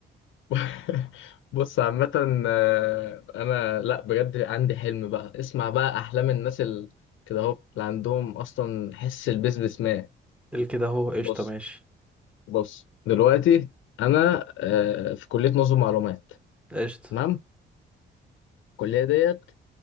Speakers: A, on the left (about 75°); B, in the centre.
A: <laughs> بص عامة آه، انا لا بجد عندي حلم بقى اسمع بقى احلام الناس ال... كده اهو اللي عندهم اصلا حس البيزنس مان
B: الكده اهو قشطة
A: بص
B: ماشي
A: بص دلوقتي انا آه، في كلية نظم معلومات
B: قشطة
A: تمام الكلية ديت